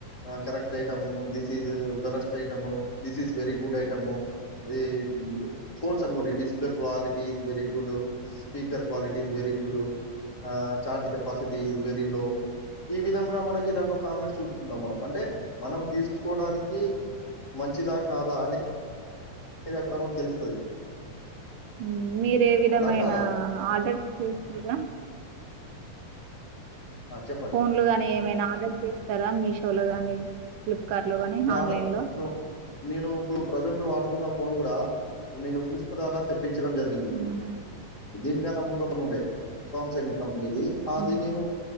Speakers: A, on the left; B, on the right.
A: correct item this is worst item this is very good item ఇ ఫోన్స్ అనుకోండి display quality is very good speaker quality is very good ఆ charge capacity is very low ఈ విధంగా మనకి దాంట్లో comments చూసుకుంటాం మనం అంటే మనం తీసుకోవడానికి మంచిదా కాదా అనే <inaudible> ఏక్కడమో తెలుస్తాది
B: ఉం మీరు ఏ విధమైన
A: కాదా
B: ఆర్డర్స్ చేస్తాడరా
A: ఆ చెప్పండి
B: ఫోన్లు గానే ఏమైనా ఆర్డర్ చేస్తారా మీ షో పొలగన్ని క్లిప్ప్ కార్ లో గాని
A: నే
B: ఆన్లైన్
A: ఆడ
B: లో
A: ను నేను ఇప్పుడు ప్రజెంట్ వాడుతున్న ఫోన్ కూడా నేను ఫ్లిప్క ద్వార తే పిచడం జరిగింది
B: ఉమ్,
A: దీనికన్నా ముందు ఉండే సాంసంగ్ కంపెనీ ఇదే అది
B: ఉమ్,
A: నేను